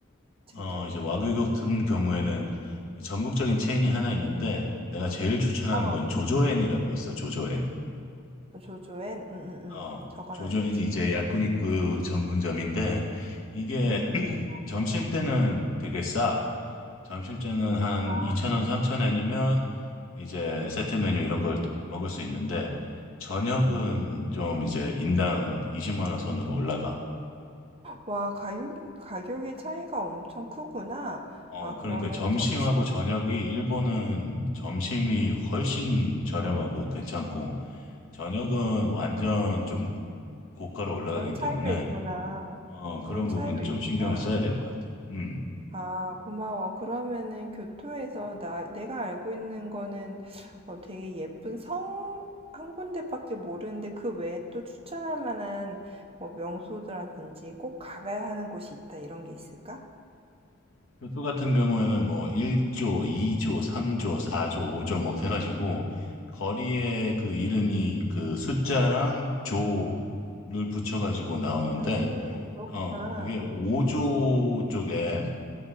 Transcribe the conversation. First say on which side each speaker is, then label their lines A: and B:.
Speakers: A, on the right; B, on the left.
A: 제적으로는.
B: 어 이제 와규 같은 경우에는 전국적인 체인이 하나 있는데 내가 제일 추천하는
A: 어.
B: 건 조조엔이라고 있어 조조엔
A: 조조엔 응응응
B: 어
A: 적어놔야지.
B: 조조엔이 이제 야쿠니크 전문점인데 이게
A: 음
B: <clears throat>
A: 그렇구나.
B: 점심 때는 되게 싸 점심때는 한
A: 아
B: 2,000원, 3,000원이면 이제 세트 메뉴 이런 걸 먹을 수 있는데 저녁은
A: 음음.
B: 좀 이제 인당 20만 원 선으로 올라가.
A: 와 가격 가격의 차이가 엄청 크구나.
B: 어,
A: 아
B: 그러니까
A: 그러면
B: 점심하고
A: 점심
B: 저녁이 일본은 점심이 훨씬 저렴하고 괜찮고 저녁은 완전
A: 음, 음.
B: 좀 고가로 올라가기
A: 그런 차이가
B: 때문에
A: 있구나.
B: 어,
A: 그런
B: 그런
A: 차이가
B: 부분 좀
A: 있구나.
B: 신경을 써야 될 것 같아. 음.
A: 아 고마워. 그러면은 교토에서 나 내가 알고 있는 거는 어, 되게 예쁜 성 한 군데밖에 모르는데 그 외에 또 추천할 만한 뭐 명소라든지 꼭 가봐야 하는 곳이 있다 이런 게 있을까?
B: 교토 같은 경우에는 뭐 1조, 2조, 3조, 4조, 5조 뭐 해가지고 거리에 그 이름이 그 숫자랑 조를 붙여가지고 나오는데
A: 음, 그렇구나.
B: 어 그게
A: 음,
B: 5조 쪽에